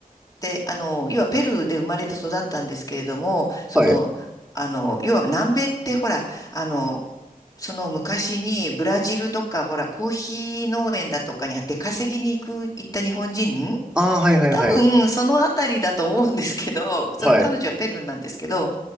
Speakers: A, on the left (about 25°); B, in the centre.
A: で、あの、要はペルーで生まれて育ったんですけれども、その、
B: はい。
A: あの、要は南米ってほら、あの、その昔にブラジルとか、ほら、コーヒー農園だとかに出稼ぎに行く、行った日本人
B: ああ、はいはいはい。
A: 多分、そのあたりだと思うんですけど、<laughs> その彼女はペルーなんですけど、
B: はい。